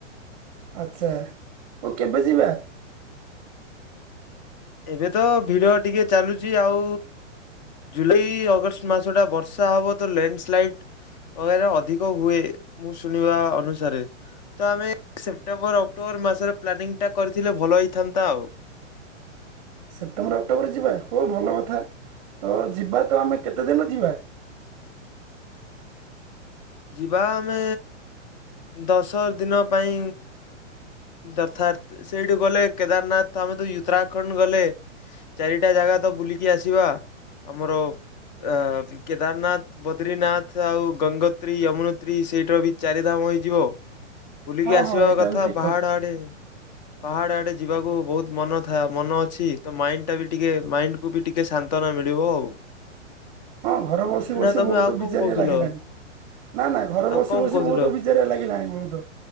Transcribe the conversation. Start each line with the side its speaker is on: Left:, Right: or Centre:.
Right: ଆଛା ଆଉ କେବେ ଯିବା?
Left: ଏବେ ତ ଭିଡ ଟିକେ ଚାଲୁଚି ଆଉ ଜୁଲାଇ ଅଗଷ୍ଟ ମାସ ଟା ବର୍ଷା ହବ ତ ଲ୍ୟାଣ୍ଡସ୍ଲାଇଡ ବଗେରା ଅଧିକ ହୁଏ। ମୁଁ ଶୁଣିବା ଅନୁସାରେ। ତ ଆମେ ସେପ୍ଟେମ୍ବର ଅକ୍ଟୋବର ମାସରେ ପ୍ଲାନିଂ ଟା କରିଥିଲେ ଭଲ ହେଇଥାନ୍ତା ଆଉ।
Right: ସେପ୍ଟେମ୍ବର ଅକ୍ଟୋବର ଯିବା ହଉ ଭଲ କଥା। ତ ଯିବା ତ ଆମେ କେତେ ଦିନ ଯିବା।
Left: ଯିବା ଆମେ ଦଶ ଦିନ ପାଇଁ ଅର୍ଥାତ୍ ସେଇଠୁ ଗଲେ କେଦାରନାଥ ଆମେ ତ ଉତ୍ତରାଖଣ୍ଡ ଗଲେ ଚାରିଟା ଜାଗା ତ ବୁଲିକି ଆସିବା। ଆମର ଅ କେଦାରନାଥ ବଦ୍ରିନାଥ ଆଉ ଗଙ୍ଗ ତ୍ରୀ ୟମୁନେତ୍ରି ସେଇଠର ବି ଚାରିଧାମ ହୋଇଯିବ। ବୁଲିକି
Right: ହଁ
Left: ଆସିବା
Right: ହଁ ଏଇଟା
Left: କଥା
Right: ବି ଠିକ
Left: ପାହାଡ ଆଡେ ପାହାଡ ଆଡେ ଯିବାକୁ ବହୁତ ମନ ଥା ମନ ଅଛି ତ ମାଇଣ୍ଡ ଟା ବି ଟିକେ ମାଇଣ୍ଡକୁୁ ବି ଟିକେ ଶାନ୍ତନା ମିଳ ଳିବ ଆଉ।
Right: ହଁ ଘରେ ବସି ବସି
Left: ନା ତମେ
Right: ବହୁତ
Left: ଆଉ କଣ
Right: ବିଜାରିଆ
Left: କହୁଥିଲ
Right: ଲାଗିଲାଣି। ନା ନା ଘରେ
Left: ଆଉ
Right: ବସି
Left: କଣ
Right: ବସି
Left: କହୁଥିଲ?
Right: ବହୁତ ବିଚାରିଆ ଲାଗିଲାଣି ବହୁତ